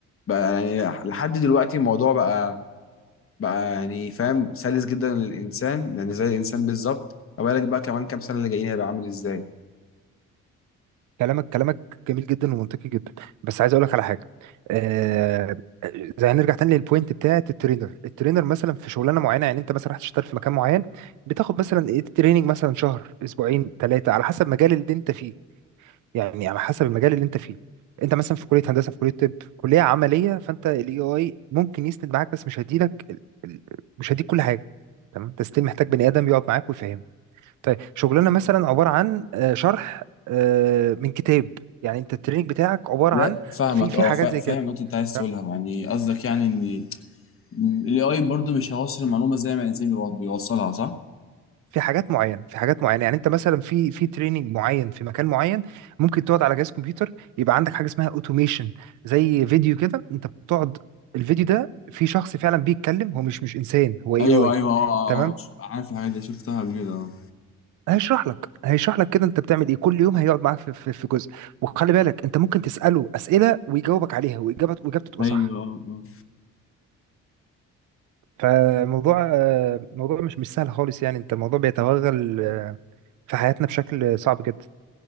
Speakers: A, on the left; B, on the right.
A: بقى يعني لحد دلوقتي الموضوع بقى بقى يعني فاهم سلس جدا للانسان يعني زي الانسان بالظبط ما بالك بقى كمان كام سنه اللي جايين هيبقى عامل ازاي
B: كلامك كلامك جميل جدا ومنطقي جدا بس عايز اقول لك على حاجه آه زي هنرجع تاني للبوينت بتاعت الترينر الترينر مثلا في شغلانه معينه يعني انت مثلا رحت تشتغل في مكان معين بتاخد مثلا ايه تريننج مثلا شهر اسبوعين ثلاثه على حسب المجال اللي انت فيه يعني على حسب المجال اللي انت فيه انت مثلا في كليه هندسه في كليه طب كليه عمليه فانت الاي اي ممكن يسند معاك بس مش هيديلك ال- ال- مش هيديك كل حاجه تمام انت ستيل محتاج بني ادم يقعد معاك ويفهمك طيب شغلنا مثلا عبارة عن آه، شرح آه، من كتاب يعني انت التريننج بتاعك عبارة
A: لا
B: عن
A: فاهمك
B: في في
A: اه
B: حاجات
A: فا-
B: زي
A: فاهم
B: كده
A: النقطة اللي انت عايز
B: تمام؟
A: تقولها يعني قصدك يعني ان ال AI برضه مش هيوصل المعلومة زي ما الانسان بيوص- بيوصلها صح؟
B: في حاجات معينة في حاجات معينة يعني انت مثلا في في تريننج معين في مكان معين ممكن تقعد على جهاز كمبيوتر يبقى عندك حاجة اسمها اوتوميشن زي فيديو كده انت بتقعد الفيديو ده في شخص فعلا بيتكلم هو مش مش انسان هو اي
A: ايوه
B: اي
A: ايوه اه اه
B: تمام
A: اه ش- عارف الحاجات دي شفتها قبل كده اه
B: هيشرح لك هيشرح لك كده انت بتعمل ايه كل يوم هيقعد معاك في في في جزء وخلي بالك انت ممكن تسأله أسئلة ويجاوبك عليها واجابته واجابته تبقى
A: ايوه
B: صح
A: اه
B: فموضوع آه، موضوع مش مش سهل خالص يعني انت الموضوع بيتوغل آه، في حياتنا بشكل صعب جدا